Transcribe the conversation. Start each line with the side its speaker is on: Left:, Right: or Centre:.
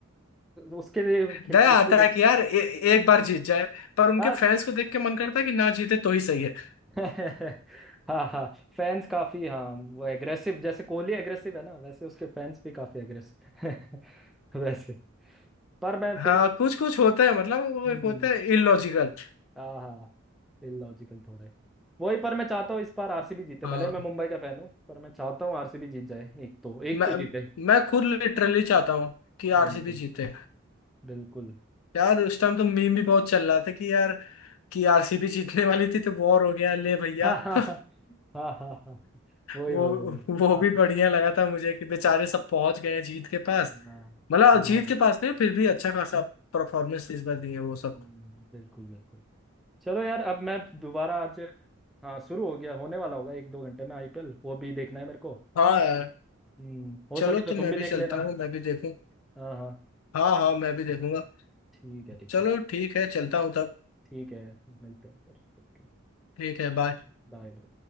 Centre: उसके लिए खिल-
Left: दया
Centre: उसके
Left: आता
Centre: लिए
Left: है कि यार ए, एक बार जीत जाए पर उनके
Centre: बस
Left: फैंस को देख के मन करता है कि ना जीते तो ही सही है
Centre: <laughs> हाँ हाँ फैंस काफी हाँ वो एग्रेसिव जैसे कोहली एग्रेसिव है ना वैसे उसके फैंस भी काफी एग्रेसिव <laughs> वैसे पर मैं
Left: हाँ
Centre: फिर भी
Left: कुछ कुछ होता है मतलब वो
Centre: हम्म,
Left: एक होता है इलॉजिकल
Centre: हाँ हाँ इलॉजिकल थोड़ा है वही पर मैं चाहता हूँ इस बार आरसीबी जीते
Left: हाँ
Centre: भले मैं मुंबई का फैन हूँ पर मैं चाहता हूँ आरसीबी जीत जाए एक तो एक
Left: मैं
Centre: तो जीते
Left: मैं खुद लिटरली चाहता हूँ कि
Centre: बिल्कुल
Left: आरसीबी जीते
Centre: बिल्कुल
Left: यार उस टाइम तो मीम भी बहुत चल रहा था कि यार कि आरसीबी जीतने वाली थी तो वॉर हो गया ले भैया
Centre: <laughs> हाँ हाँ
Left: <laughs>
Centre: हाँ हाँ हाँ वही
Left: वो
Centre: वही वही काफी
Left: वो भी बढ़िया लगा था मुझे कि बेचारे सब पहुंच गए हैं जीत के पास
Centre: हाँ
Left: मतलब जीत
Centre: हाँ
Left: के पास नहीं फिर भी अच्छा खासा परफॉर्मेंस इस बार दिए वो सब
Centre: हम्म, बिल्कुल बिल्कुल चलो यार अब मैं दोबारा आज हाँ शुरू हो गया होने वाला होगा एक दो घंटे में आईपीएल वो भी देखना है मेरे को
Left: हाँ यार
Centre: हम्म हो
Left: चलो
Centre: सके तो
Left: तो
Centre: तुम
Left: मैं
Centre: भी
Left: भी
Centre: देख
Left: चलता
Centre: लेना
Left: हूँ मैं भी देखूँ
Centre: हाँ हाँ
Left: हाँ हाँ मैं भी देखूंगा
Centre: ठीक है ठीक
Left: चलो
Centre: है
Left: ठीक है चलता हूँ तब
Centre: ठीक है मिलते हैं फिर ओके
Left: ठीक है बाय
Centre: बाय